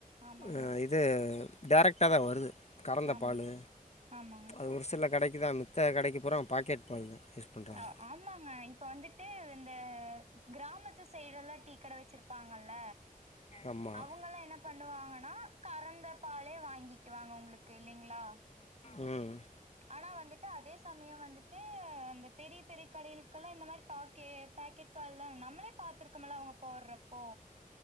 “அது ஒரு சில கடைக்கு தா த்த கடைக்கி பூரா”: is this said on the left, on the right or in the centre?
Left